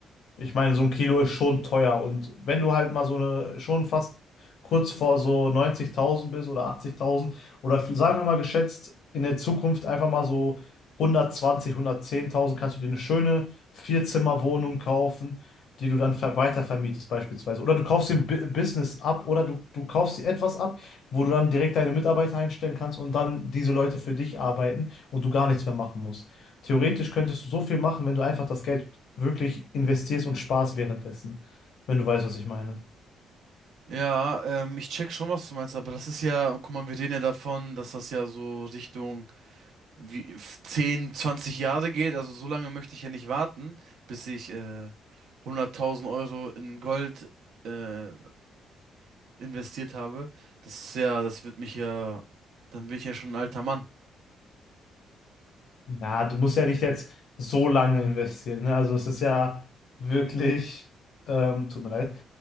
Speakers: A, on the left; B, on the right.
A: ich meine, so ein Kilo ist schon teuer. Und wenn du halt mal so eine, schon fast kurz vor so 90.000 bist oder 80.000 oder f- sagen wir mal geschätzt in der Zukunft einfach mal so 120, 110.000, kannst du dir eine schöne Vierzimmerwohnung kaufen, die du dann ver weitervermietest beispielsweise. Oder du kaufst dir ein Bu- Business ab oder du, du kaufst dir etwas ab, wo du dann direkt deine Mitarbeiter einstellen kannst und dann diese Leute für dich arbeiten und du gar nichts mehr machen musst. Theoretisch könntest du so viel machen, wenn du einfach das Geld wirklich investierst und sparst währenddessen, wenn du weißt, was ich meine.
B: ja, ähm, ich check schon, was du meinst, aber das ist ja, guck mal, wir reden ja davon, dass das ja so Richtung wie f- 10, 20 Jahre geht. Also so lange möchte ich ja nicht warten, bis ich äh, 100.000 Euro in Gold äh, investiert habe. Das ist ja, das wird mich ja, dann bin ich ja schon ein alter Mann.
A: Ja, du musst ja nicht jetzt so lange investieren, ne? Also es ist ja wirklich, ähm, tut mir leid,